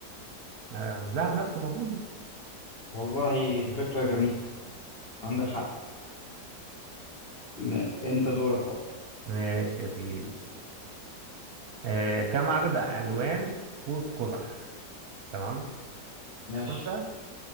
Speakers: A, on the right (about 65°); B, on the left (about 45°).
A: آه، الذهب نفسه المفروض يعني
B: والله فكرة جميلة عندك حق ن- أنت دورك بقى
A: <laughs> ماشي يا سيدي آه، كم عدد ألوان قوس قزح تمام
B: ماشي
A: خمسة